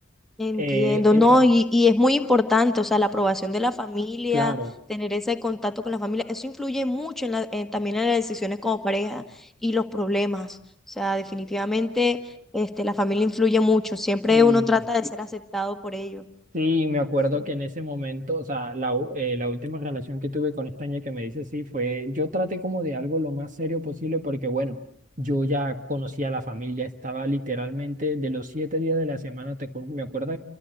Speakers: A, in the centre; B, on the right.
A: entiendo,
B: Eh, entonces,
A: no, y, y es muy importante, o sea, la aprobación de la familia,
B: claro.
A: tener ese contacto con la familia, eso influye mucho en la, en- también en las decisiones como pareja y los problemas. O sea, definitivamente, este, la familia influye mucho. Siempre
B: sí.
A: uno trata de ser aceptado por ellos.
B: Sí, me acuerdo
A: Sí.
B: que en ese momento, o sea, la, u- eh, la última relación que tuve con esta niña que me dice sí fue, yo traté como de algo lo más serio posible porque, bueno, yo ya conocía a la familia, estaba literalmente de los siete días de la semana, te, acuer- me acuerdo,